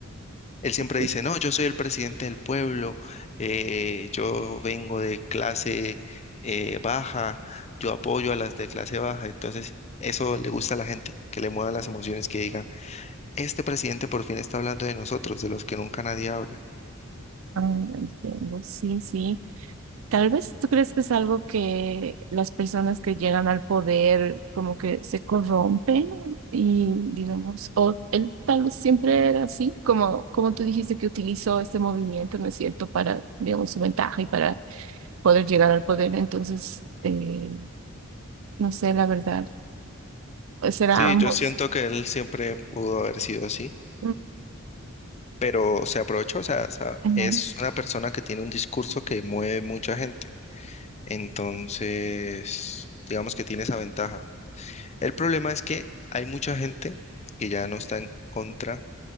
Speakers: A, on the left (about 30°); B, on the right (about 70°).
A: Él siempre
B: Pues,
A: dice, no, yo soy el presidente del pueblo, eh, yo vengo de clase eh, baja, yo apoyo a las de clase baja. Entonces, eso le gusta a la gente, que le muevan las emociones, que digan, este presidente por fin está hablando de nosotros, de los que nunca nadie habla.
B: ah, entiendo. Sí, sí. Tal vez tú crees que es algo que las personas que llegan al poder como que se corrompen y digamos, o él tal vez siempre era así, como, como tú dijiste que utilizó este movimiento, ¿no es cierto?, para, digamos, su ventaja y para poder llegar al poder. Entonces, eh, no sé, la verdad, será
A: Sí,
B: ambos.
A: yo siento que él siempre pudo haber sido así,
B: Mm,
A: pero se aprovechó, o sea, o sea,
B: ujú,
A: es una persona que tiene un discurso que mueve mucha gente. Entonces, digamos que tiene esa ventaja. El problema es que hay mucha gente que ya no está en contra,